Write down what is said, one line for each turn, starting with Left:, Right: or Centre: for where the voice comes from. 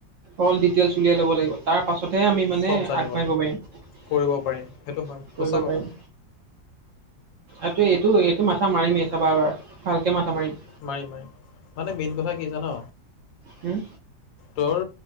Right: অল ডিটেলচ উলিয়াই ল'ব লাগিব। তাৰ পাছতহে আমি মানে
Left: চব জানিব
Right: আগবাঢ়িব
Left: লাগিব
Right: পাৰিম
Left: কৰিব সেইটো হয়
Right: কৰিব
Left: সঁচা কথা
Right: পাৰিম। আৰু এইটো এইটো মাথা মাৰিমেই চাবা এবাৰ ভালকে মাথা মাৰিম।
Left: মাৰিম মাৰিম মানে মেইন কথা কি জান,
Right: হুম,
Left: তোৰ